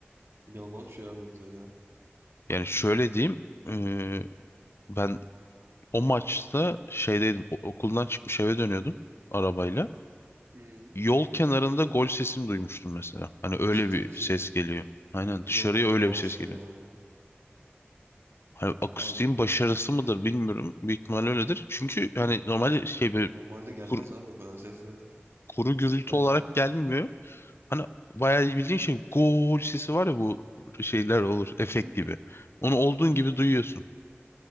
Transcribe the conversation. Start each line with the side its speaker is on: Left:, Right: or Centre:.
Right: İnanılmaz bir şey abi o zaten.
Left: Yani şöyle diyeyim, eee, ben o maçta şeydeydim, o- okuldan çıkmış eve dönüyordum arabayla.
Right: Hmm.
Left: Yol kenarında gol sesini duymuştum mesela. Hani öyle
Right: Ciddi
Left: bir
Right: misin?
Left: ses geliyor. Aynen
Right: İnanılmaz
Left: dışarıya öyle
Right: bağırıştır
Left: bir ses geliyor.
Right: ya.
Left: Hani akustiğin
Right: Abi
Left: başarısı mıdır bilmiyorum. Büyük ihtimal öyledir. Çünkü hani normalde şey böyle
Right: normalde gelmez
Left: kuru,
Right: abi o kadar ses zaten.
Left: kuru gürültü
Right: Bence.
Left: olarak gelmiyor. Hani bayağı bildiğin şey gol sesi var ya bu şeyler olur efekt
Right: Hı hı.
Left: gibi. Onu olduğun
Right: Hı hı.
Left: gibi duyuyorsun.